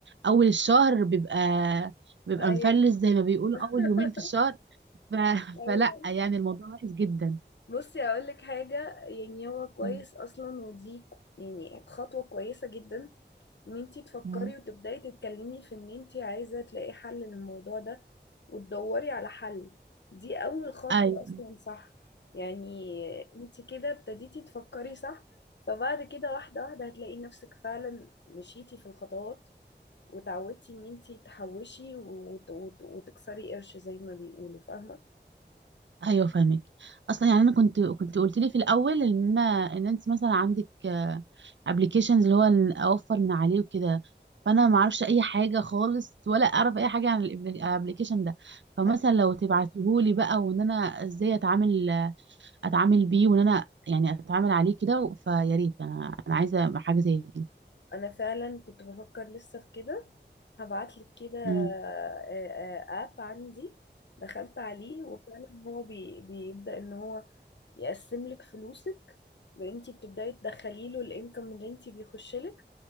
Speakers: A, on the right (about 85°); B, on the left (about 75°).
A: اول الشهر بيبقى بيبقى
B: ايوه
A: مفلس زي ما بيقولوا
B: <laughs>
A: اول يومين في الشهر ف... <laughs>
B: ايوه
A: فلا يعني الموضوع وحش جدا
B: بصي اقول لك حاجه يعني هو كويس
A: مم.
B: اصلا ودي ك- يعني خطوه كويسه جدا ان انتي تفكري
A: مم.
B: وتبداي تتكلمي في ان انتي عايزه تلاقي حل للموضوع ده وتدوري على حل دي اول خطوه
A: ايوه
B: اصلا صح يعني انتي كده ابتديتي تفكري صح فبعد كده واحده واحده هتلاقي نفسك فعلا مشيتي في الخطوات وتعودتي ان انتي تحوشي وت- وت- وتكسري قرش زي ما بيقولوا فاهمه
A: ايوه فاهمك اصلا يعني انا كنت كنت قلت لي في الاول ان انا ان انت مثلا عندك ابلكيشنز اللي هو إن اوفر من عليه وكده فانا ما اعرفش اي حاجه خالص ولا اعرف اي حاجه عن الابلكيشن ده فمثلا
B: أيوة.
A: لو تبعتهولي بقى وان انا ازاي اتعامل اتعامل بيه وان انا يعني اتعامل عليه كده فيا ريت انا انا عايزه حاجه زي دي
B: انا فعلا كنت بفكر لسه في كده هبعتلك كده آه،
A: امم
B: آه، اب عندي دخلت عليه وفعلا هو بي بيبدأ ان هو يقسم لك فلوسك انت بتبدأي تدخلي له الانكم اللي انت بيخش لك